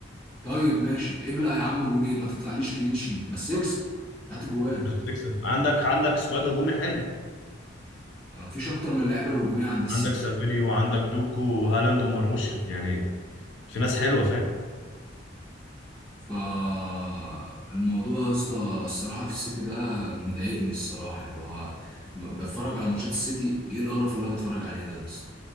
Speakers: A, in the centre; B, on the left.
A: طيب ماشي ابلع يا عم جونين ما تطلعليش كلين شيت بس اكسب هات جوان
B: انت بتكسب عندك عندك سكواد هجومي حلو
A: مفيش اكتر من اللعيبه الهجوميه عند السيتي
B: عندك سافيني وعندك دوكو وهالاند ومرموش يعني في ناس حلوة فاهم
A: فالموضوع يا اسطى الصراحه في السيتي ده مضايقني الصراحه اللي هو م- بتفرج على ماتشات السيتي ايه القرف اللي انا بتفرج عليه ده يا اسطى